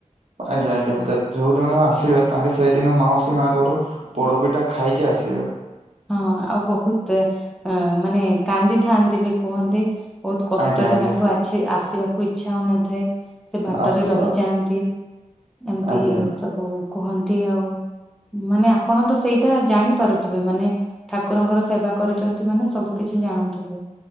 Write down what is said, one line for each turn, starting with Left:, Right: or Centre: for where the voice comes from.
Right: ଆଜ୍ଞା ଆଜ୍ଞା ଯୋଉଦିନ ଆସିବେ ତାଙ୍କେ ସେଇଦିନ ମାଉସୀ ମାଆ ଘରୁ ପୋଡପିଠା ଖାଇକି ଆସିବେ।
Centre: ହଁ ଆଉ ବହୁତ ଅ ମାନେ କାନ୍ଦି ଥାନ୍ତି ବି କୁହନ୍ତି ବହୁତ କଷ୍ଟରେ
Right: ଆଜ୍ଞା ଆଜ୍ଞା
Centre: ତାଙ୍କୁ ଆ ଆସିବାକୁ ଇଚ୍ଛା ହଉନଥାଏ ସେ ବାଟରେ
Right: ଆସି
Centre: ରହିଯାଆନ୍ତି ଏମିତି
Right: ଆଜ୍ଞା
Centre: ସବୁ କୁହନ୍ତି ଆଉ ମାନେ ଆପଣ ତ ସେଇଟା ଜାଣିପାରୁଥିବେ ମାନେ ଠାକୁରଙ୍କର ସେବା କରୁଛନ୍ତି ମାନେ ସବୁ କିଛି ଜାଣୁଥିବେ।